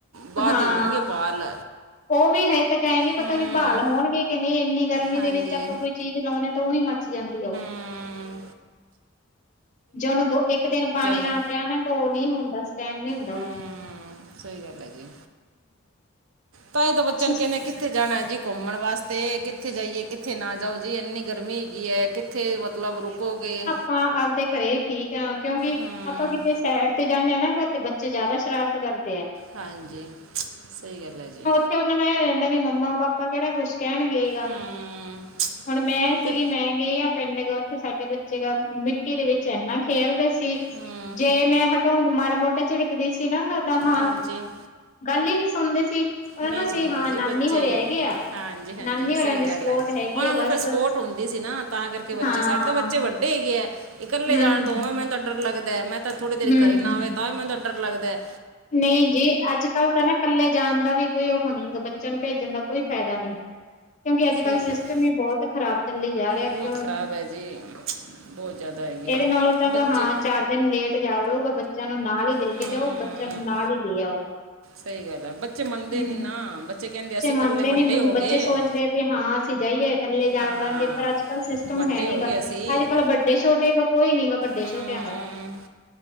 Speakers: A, on the right; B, on the left.
A: ਬਾਅਦ
B: ਹਾਂ
A: ਹੀ ਹੋਣਗੇ ਬਾਲ
B: ਉਹ ਵੀ ਹਜੇ ਤੱਕ ਐ ਨੀ ਪਤਾ
A: ਹੂੰ
B: ਵੀ ਬਹਾਲ ਹੋਣਗੇ ਕਿ ਨਈ, ਏਂਨੀ ਗਰਮੀ
A: ਹਾਂਜੀ
B: ਦੇ ਵਿੱਚ ਆਪਾਂ ਕੋਈ ਚੀਜ਼ ਲਾਓਦੇ ਆ ਤਾਂ ਓਹੀ ਮ ਕਿਥੱ ਜਾਂਦੀ ਆ ਓ?
A: ਹਮ
B: ਜੇ ਉਹਨੂੰ ਦੋ -ਇੱਕ ਦਿਨ ਪਾਣੀ
A: ਨੂੰ
B: ਨਾ ਪਿਆਓ ਨਾ, ਕੋ ਓਹ ਨਈ ਹੁੰਦਾ ਸਟੈਂਡ ਨਈ ਹੁੰਦਾ
A: ਹੂੰ
B: ਓਹ।
A: ਸਹੀ ਗੱਲ ਐ ਜੀ, ਤਾਂਹੀ ਤਾਂ ਬੱਚੇਆ
B: ਸਿਸ
A: ਨੂੰ ਕੈਂਦੇ ਕੀ ਕਿੱਥੇ ਜਾਣਾ ਜੀ ਘੁੰਮਣ ਵਾਸਤੇ, ਕਿੱਥੇ ਜਾਈਏ ਕਿੱਥੇ ਨਾ ਜਾਓ ਜੀ ਏਨੀ ਗਰਮੀ ਹੈਗੀ। ਕੀ ਆ ਕਿੱਥੇ ਮਤਲਬ ਰੁਕੋਗੇ।
B: ਹਾ ਆਪਦੇ ਘਰੇ ਠੀਕ ਆ ਕਿਓਕਿ
A: ਹੂੰ
B: ਆਪਾਂ ਕਿਤੇ ਸੈਡ ਤੇ ਜਾਂਦੇ ਹਾਂ ਨਾ, ਗ ਤੇ ਬੱਚੇ ਜਿਆਦਾ ਸ਼ਰਾਰਤ ਕਰਦੇ ਆ।
A: ਹਾਂਜੀ ਸਹੀ ਗੱਲ ਹੈ ਜੀ।
B: ਓਹਨਾ ਨੂੰ ਏਹ ਹੋ ਜਾਂਦਾ ਵੀ ਮੰਮਾ -ਪਾਪਾ ਕਿਹੜਾ ਕੁਛ ਕਹਿਣਗੇ ਗਾ
A: ਹੂੰ
B: ਹੁਣ ਮੈਂ
A: ਤੇ
B: ਮੈ ਗਈ ਜਾਂ ਪਿੰਡ ਗ ਉੱਥੇ ਸਾਡੇ ਬੱਚੇ ਗ ਮਿੱਟੀ ਦੇ ਵਿੱਚ ਏਨਾ ਖੇਲਦੇ ਸੀ। ਤੇ,
A: ਹੂੰ
B: ਜੇ ਮੈਂ ਹਟਾਓਣ ਮਾੜਾ ਮੋਟਾ ਝਿੜਕਦੀ ਸੀ ਨਾ ਜਾਦਾ ਹਾਂ
A: ਹਾਂਜੀ
B: ਗੱਲ ਈ ਨਈ ਸੁਣਦੇ ਸੀ। ਉਹਨਾਂ
A: ਨਹੀਂ
B: ਨੂੰ ਅਸੀਂ
A: ਸੁਣਦੇ
B: ਹਾਂ
A: ਜੀ
B: ਨਾਨੀ
A: ਬੱਚੇ,
B: ਹੋਰੇ ਹੈਗੇ ਆ
A: ਹਾਂਜੀ- ਹਾਂਜੀ
B: ਨਾਨੀ ਹੋਰਾਂ
A: ਸਹੀ
B: ਦੀ
A: ਗੱਲ
B: ਸਪੋਰਟ
A: ਏ,
B: ਹੈਗੀ
A: ਓਹਨਾਂ
B: ਆ
A: ਨੂੰ
B: ਬਸ
A: ਫਿਰ ਸਪੋਰਟ ਹੁੰਦੀ ਸੀ ਨਾ ਤਾਂ ਕਰਕੇ ਬੱਚੇ,
B: ਹਾਂ
A: ਸਾਡੇ ਤਾਂ ਬੱਚੇ ਵੱਡੇ ਹੈਗੇ ਆ, ਇਕੱਲੇ
B: ਹਮ
A: ਜਾਣ
B: ਹਮ
A: ਤੋਂ ਔ ਮੈਨੂੰ ਤਾਂ ਡਰ ਲੱਗਦਾ ਏ, ਮੈਂ ਬੱਚਾ ਥੋੜ੍ਹੀ ਦੇਰ
B: ਹਮ
A: ਘਰੇ ਨਾ
B: ਹਮ
A: ਆਵੇ, ਤਾਂ ਵੀ ਮੈਨੂੰ ਤਾਂ ਡਰ ਲੱਗਦਾ ਏ,
B: ਨਹੀਂ ਜੀ, ਅੱਜ ਕੱਲ ਤਾਂ ਨਾ ਕੱਲੇ ਜਾਣ ਦਾ ਵੀ ਕੋਈ ਉਹ ਨਹੀ, ਬੱਚੇਆਂ ਨੂੰ ਭੇਜਣ ਦਾ ਕੋਈ ਫਾਇਦਾ ਨਹੀਂ। ਕਿਉਂਕਿ ਅੱਜ
A: ਸਹੀ
B: ਕੱਲ੍ਹ ਸਿਸਟਮ
A: ਗੱਲ ਹੈ
B: ਹੀ ਬਹੁਤ ਖ਼ਰਾਬ ਚੱਲੀ ਜਾ ਰਿਹਾ
A: ਬਹੁਤ
B: ਕਿਉਂ
A: ਖਰਾਬ
B: ਹਮ
A: ਹੈ ਜੀ ਬਹੁਤ ਜ਼ਿਆਦਾ ਹੈਗੀ
B: ਇਹਦੇ
A: ਆ
B: ਨਾਲੋਂ ਤਾਂ
A: ਬੱਚੇ
B: ਹਾਂ ਚਾਰ ਦਿਨ ਲੇਟ ਜਾਲਓ ਪਰ ਬੱਚੇਆਂ ਨੂੰ ਨਾਲ ਹੀ ਲੈ
A: ਹਮ
B: ਕੇ ਜਾਓ ਚਾਨੂੰ ਨਾਲ ਲਈ। ਲੇ ਆਓ।
A: ਸਹੀ ਗੱਲ ਹੈ ਬੱਚੇ ਮੰਨਦੇ
B: ਹੂੰ।
A: ਨੀ ਨਾ, ਬੱਚੇ ਕਹਿੰਦੇ ਅਸੀਂ ਇਕੱਲੇ
B: ਮੰਨਦੇ
A: ਵੱਡੇ
B: ਨੀ,
A: ਹੋ
B: ਬੱਚੇ
A: ਗਏ।
B: ਸੋਚਦੇ ਆ ਹਾਂ। ਅਸੀਂ ਜਾਈਏ ਇਕੱਲੇ ਜਾ
A: ਹਾਂ
B: ਦਾਂਗੇ ਪਰ ਅੱਜ- ਕੱਲ ਸਿਸਟਮ
A: ਵੱਡੇ
B: ਹੈ ਨੀ
A: ਹੋ
B: ਗਾ
A: ਗਏ ਅਸੀਂ
B: ਅੱਜ -ਕੱਲ੍ਹ ਵੱਡੇ- ਛੋਟੇ। ਕੋਈ ਨੀ ਗਾ ਵੱਡੇ
A: ਹਮ
B: ਛੋਟਿਆਂ ਦਾ